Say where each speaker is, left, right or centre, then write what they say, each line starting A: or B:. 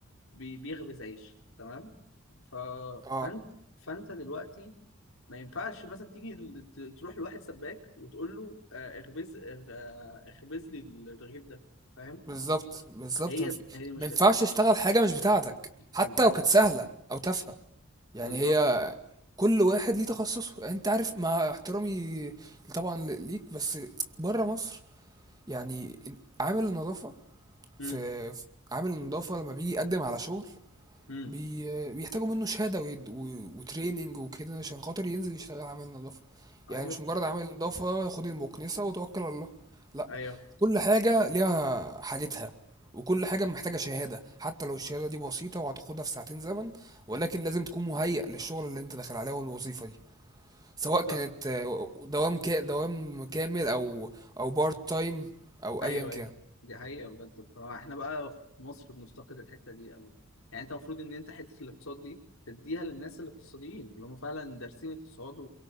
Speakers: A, on the left (about 70°); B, on the right (about 20°).
A: بي... بيخبز عيش تمام ف...
B: اه
A: فانت فانت دلوقتي ما ينفعش مثلا تيجي ل- ت- تروح لواحد سباك وتقول له آه، اخبز اخ- آه، اخبز لي الرغيف ده فاهم
B: بالظبط بالظبط
A: هي
B: ما في-
A: هي دي المشكلة
B: ما ينفعش تشتغل حاجه مش بتاعتك حتى
A: بالظبط
B: لو كانت سهله او تافهه يعني
A: بالظبط
B: هي كل واحد ليه تخصصه يعني انت عارف مع احترامي طبعا ل- ليك بس بره مصر يعني عامل النظافه
A: امم
B: في عامل النظافه لما بيجي يقدم على شغل
A: امم
B: بي... بيحتاجوا منه شهادة و... و... وتريننج وكده عشان خاطر ينزل يشتغل عامل نظافة
A: ايوه
B: يعني مش مجرد عامل نظافة خد المكنسة وتوكل على الله لا
A: ايوه
B: كل حاجة ليها حاجتها وكل حاجة محتاجة شهادة حتى لو الشهادة دي بسيطة وهتاخدها في ساعتين زمن ولكن لازم تكون مهيأ للشغل اللي انت داخل عليه والوظيفة دي سواء كانت
A: ف...
B: آه، دوام كا... دوام كامل او او بارت تايم او
A: ايوه
B: ايا كان
A: ايوه دي حقيقه بجد فاحنا بقى في مصر بنفتقد الحته دي قوي يعني انت المفروض ان انت حته الاقتصاد دي تديها للناس الاقتصاديين اللي هم فعلا دارسين اقتصاد و-